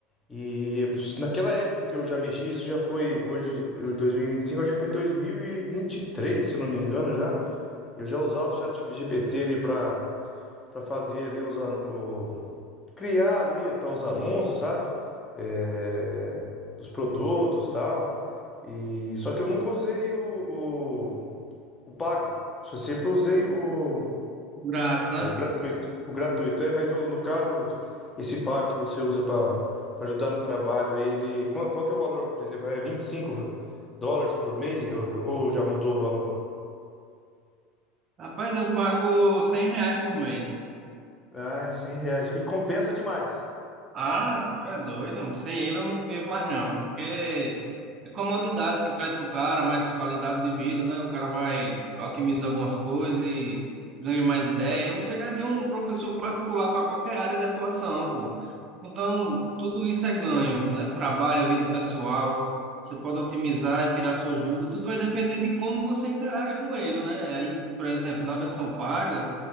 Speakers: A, on the left; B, on the right.
A: E naquela época que eu já mexi, isso já foi hoje, hoje 2025, acho que foi em 2023, se eu não me engano, já. Eu já usava o chat GPT ali para para fazer ali os an- o, criar ali tá, os anúncios, sabe? É, dos produtos, tal. E só que eu nunca usei o, o, o pago. Só sempre usei o
B: Grátis, né?
A: gratuito. O gratuito, é, mas o- no caso, esse pago que você usa para ajudar no trabalho, aí ele. Qual, qual que é o valor? Ele É vinte e cinco dólares por mês ou, ou já mudou o valor?
B: Rapaz, eu pago 100 reais por mês.
A: Ah, é 100 reais, que compensa demais.
B: Ah, pô, tu é doido. homem. Sem ele eu não vivo mais não, porque é comodidade que traz pro cara, mais qualidade de vida, né? O cara vai otimizar algumas coisas e ganha mais ideia. Você já tem um professor particular para qualquer área de atuação, pô. Então, tudo isso é ganho, né? Trabalho, vida pessoal, você pode otimizar e tirar suas dúvidas, tudo vai depender de como você interage com ele, né? Aí, por exemplo, na versão paga,